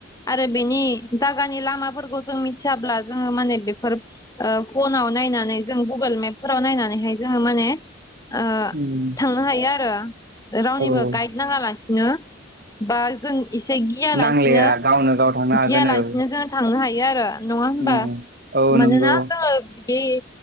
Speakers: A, on the left; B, on the right.
A: आरो बेनि जागानि नि लामाफोरखो जों मिथियाब्ला जोङो माने बेफोर ओ फनाव नायनानै ओ जों गुगोल मेप <unintelligible> नायनानैहाय जोङो माने ओ
B: उम
A: थांनो हायो आरो रावनिबो
B: औ
A: गाइड नाङा लासिनो। बा जों इसे गियालासिनो
B: नांलाया गावनो गाव थांनो हागोन
A: गिया लास
B: औ
A: <unintelligible> नो जोङो थांनो हायो आरो नङा होमबा?
B: उम औ
A: मानोना
B: नंगौ
A: जोङो बिदि